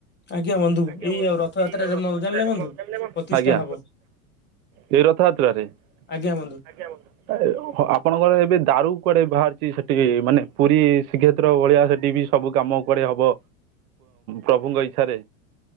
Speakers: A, on the left; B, on the right.
A: ଆଜ୍ଞା ବନ୍ଧୁ
B: ଆଜ୍ଞା
A: ଏଇ
B: ବନ୍ଧୁ,
A: ଆଉ ରଥଯାତ୍ରାରେ
B: ଏଇ ରଥଯାତ୍ରା
A: ମୋ ଜାଣିଲେ
B: ହବ
A: ବନ୍ଧୁ ପ୍ରତିଷ୍ଠା
B: ଆଜ୍ଞା।
A: ହବ
B: ଏଇ ରଥଯାତ୍ରରେ,
A: ଆଜ୍ଞା ବନ୍ଧୁ
B: ଆଜ୍ଞା ବନ୍ଧୁ। ଆପଣଙ୍କର ଏବେ ଦାରୁ କୁଆଡ଼େ ବାହାରିଛି ସେଠି ମାନେ, ପୁରୀ ଶ୍ରୀକ୍ଷେତ୍ର ଭଳିଆ ସେଠି ବି। ସବୁ କାମ କୁଆଡେ ହବ ପ୍ରଭୁଙ୍କ ଇଛାରେ।